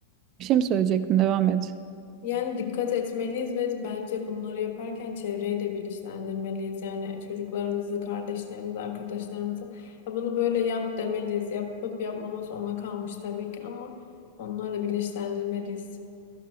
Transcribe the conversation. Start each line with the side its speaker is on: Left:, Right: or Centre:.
Right: Bir şey mi söyleyecektin? Devam et.
Left: Yani dikkat etmeliyiz ve bence bunları yaparken çevreyi de bilinçlendirmeliyiz. Yani çocuklarımızı, kardeşlerimizi, arkadaşlarımızı "Ya bunu böyle yap demeliyiz. Yapıp yapmaması ona kalmış tabii ki ama onları da bilinçlendirmeliyiz.